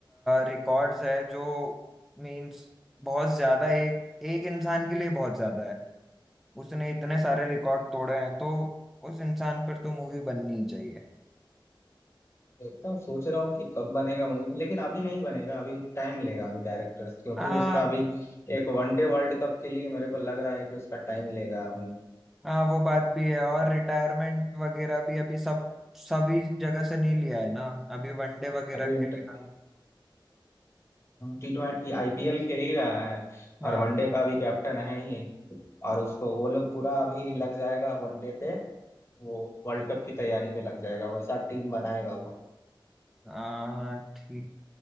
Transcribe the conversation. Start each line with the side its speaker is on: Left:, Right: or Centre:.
Centre: रिकॉर्ड्स है जो मीन्स बहुत ज्यादा एक एक इंसान के लिए बहुत ज्यादा उसने इतने सारे रिकॉर्ड तोड़े हैं तो उस इंसान पर तो मूवी बननी ही चाहिए
Left: देखता हूँ सोच रहा हूँ कि कब बनेगा मूवी लेकिन अभी नहीं बनेगा अभी टाइम लेगा अभी डायरेक्टर्स क्योंकि
Centre: हाँ
Left: उसका अभी एक वनडे वर्ल्ड कप के लिए मेरे को लग रहा है कि उसका टाइम लेगा अभी
Centre: हाँ वो बात भी है और रिटायरमेंट वगैरह भी अभी सब सभी जगह से नहीं लिया है ना अभी वनडे वगैरह
Left: अभी
Centre: के
Left: इंटर
Centre: लिए हाँ
Left: टी ट्वेंटी आईपीएल खेल ही रहा है
Centre: हाँ
Left: और वनडे का भी कैप्टन है ही और उसको वो लोग पूरा अभी लग जाएगा वनडे पे वो वर्ल्ड कप की तैयारी पे लग जाएगा वैसा टीम बनाएगा वो
Centre: हाँ हाँ, ठीक